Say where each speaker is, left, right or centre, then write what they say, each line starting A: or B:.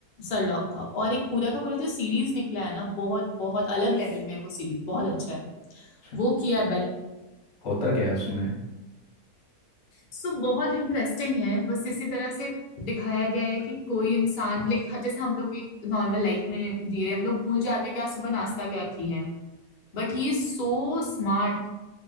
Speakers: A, on the left; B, on the left.
A: सरलॉक का और एक पूरा का पूरा जो सीरीज निकला है ना बहुत बहुत अलग लेवल में है वो सीरीज बहुत अच्छा है
B: अच्छा
A: वो किया है
B: होता क्या है उसमें
A: सो बहुत इंटरेस्टिंग है बस इसी तरह से दिखाया गया है कि कोई इंसान लाइक जैसे हम लोग एक नॉर्मल लाइफ में जी रहे हैं हम लोग भूल जाते हैं कि आज सुबह नाश्ता क्या की है But he is so smart